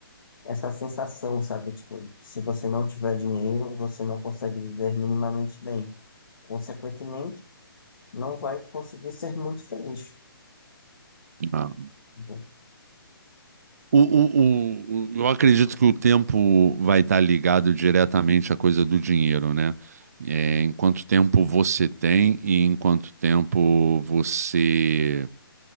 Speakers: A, on the left; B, on the right.
A: essa sensação, sabe? Tipo, de que se você não tiver dinheiro, você não consegue viver minimamente bem. Consequentemente, não vai conseguir ser muito feliz.
B: ah.
A: Então,
B: O, o, o, o- eu acredito que o tempo vai estar ligado diretamente à coisa do dinheiro, né? É, em quanto tempo você tem e em quanto tempo você